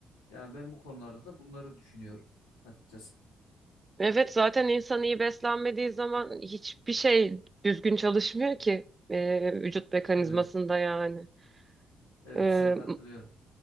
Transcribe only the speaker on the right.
Evet zaten insan iyi beslenmediği zaman hiçbir şey düzgün çalışmıyor ki e, vücut mekanizmasında
yani.
Ee,